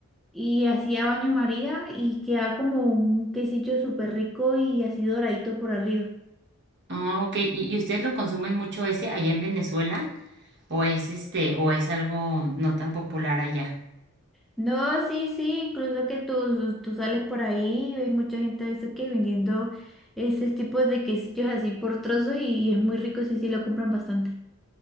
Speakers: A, in the centre; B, on the right (about 55°).
A: y así a baño María y queda como un quesillo súper rico y así doradito por arriba.
B: Ah, ok, ¿Y, y ustedes lo consumen mucho ese allá en Venezuela o es este, o es algo no tan popular allá?
A: No, sí, sí, incluso que tú, tú sales por ahí y ves mucha gente a veces que vendiendo ese tipo de quesillos así por trozos y, y es muy rico, sí, sí, lo compran bastante.